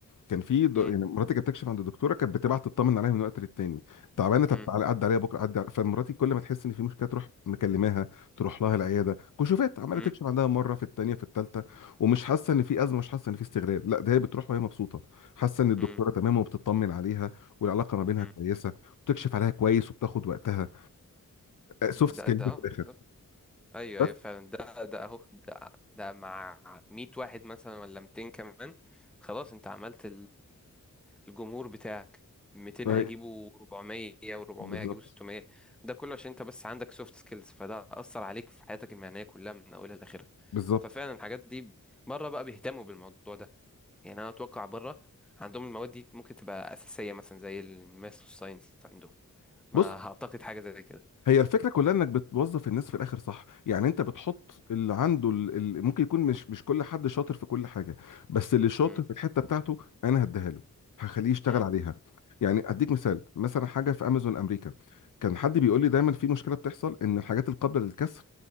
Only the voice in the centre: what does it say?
م-
م-
م-
م-
م.
ده
ده
آه بالظبط
ايوه
ايوه فعلا ده ده اهو ده ده مع 100 واحد مثلا ولا 200 كمان خلاص انت عملت الجمهور بتاعك 200
هيجيبوا
400 و400
هيجيبوا 600 ده كله عشان انت بس عندك سوفت سكيلز فده اثر عليك في حياتك المهنيه كلها من اولها لاخرها
ففعلا الحاجات دي بره بقى بيهتموا بالموضوع ده يعني انا اتوقع بره عندهم المواد دي ممكن تبقى اساسيه مثلا زي الماث والساينس عندهم ما
اعتقد حاجه زي كده
مم،
مم،